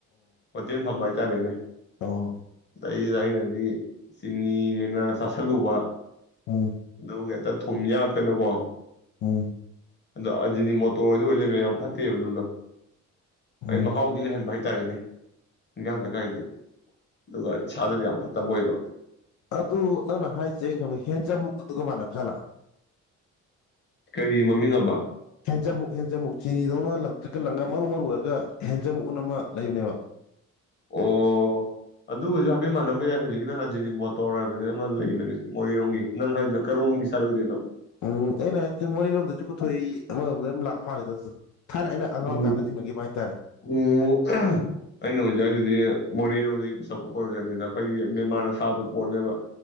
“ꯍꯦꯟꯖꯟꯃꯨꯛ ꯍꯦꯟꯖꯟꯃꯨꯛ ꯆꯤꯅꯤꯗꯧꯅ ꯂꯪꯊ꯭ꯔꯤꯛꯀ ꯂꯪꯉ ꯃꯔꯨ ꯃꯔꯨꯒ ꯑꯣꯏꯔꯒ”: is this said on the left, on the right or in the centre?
Left